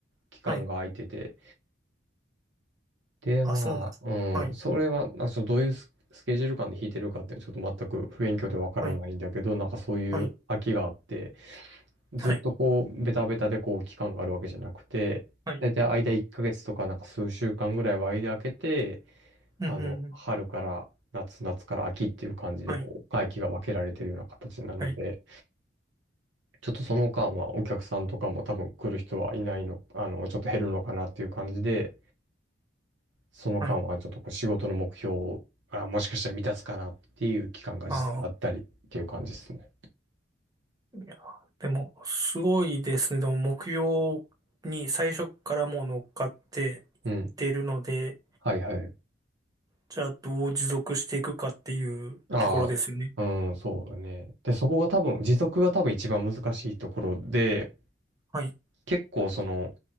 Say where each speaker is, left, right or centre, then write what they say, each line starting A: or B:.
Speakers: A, on the right; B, on the right.
A: 期間が空いてて、
B: はい
A: で、
B: あ、
A: まあ、
B: そうなんです。
A: うん、
B: はい、
A: それは、なんかちょっとどういうススケジュール感で弾いてるかってちょっと全く不勉強でわからないんだけど、
B: はい、
A: なんかそういう空きがあって、
B: はい、
A: ずっとこう、
B: はい、
A: ベタベタでこう、期間があるわけじゃなくて、
B: はい、
A: 大体間1ヶ月とかなんか数週間ぐらいは間空けて、
B: うん、
A: あの、
B: うん、うん
A: 春から夏、夏から秋っていう感じで、
B: はい、
A: こう、会期が分けられてるような形なので、
B: はい、
A: ちょっとその間はお客さんとかも多分来る人はいないの、あの、ちょっと減るのかなっていう感じで、その間はちょっとこう仕事の目標を、
B: はい。
A: あ、もしかしたら未達かなっていう期間が実際あったりっていう感じですね。
B: ああ、いや、でも、すごいですね。でも、目標に最初からもう乗っかっていっ
A: うん。
B: てるので、
A: はいはい。
B: じゃあ、どう持続していくかっていうところですよね。
A: ああ、うん、そうだね。で、そこが多分、持続が多分一番難しいところで、
B: はい、
A: 結構その、